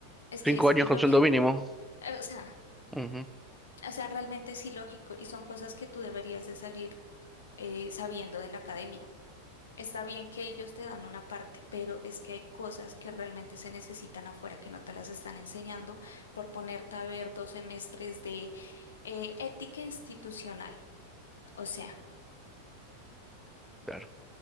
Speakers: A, on the left; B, in the centre.
A: es
B: cinco
A: que es
B: años
A: ilógico.
B: con sueldo mínimo.
A: Eh, O sea,
B: Ujú,
A: o sea, realmente es ilógico y son cosas que tú deberías de salir eh, sabiendo de la academia. Está bien que ellos te dan una parte, pero es que hay cosas que realmente se necesitan afuera que no te las están enseñando por ponerte a ver dos semestres de eh, ética institucional. O sea,
B: claro.